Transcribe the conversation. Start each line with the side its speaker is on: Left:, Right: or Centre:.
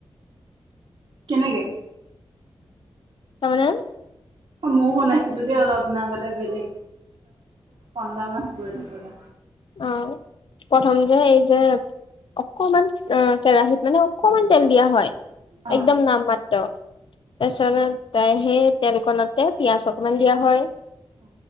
Right: কেনেকে?
Left: তা মানে <unintelligible>
Right: অ ময়ও বনাইছিলো দেই অলপ দিন আগতে বেলেগ চন্দা মাছ। বলে বলে
Left: আহ প্ৰথম যে এই যে অকমান কেৰাহীত মানে অকমান তেল দিয়া হয়।
Right: অ
Left: একদম নাম মাত্ৰ এ তাই সেই তেল কনতে পিয়াজ অকমান দিয়া হয়।
Right: অ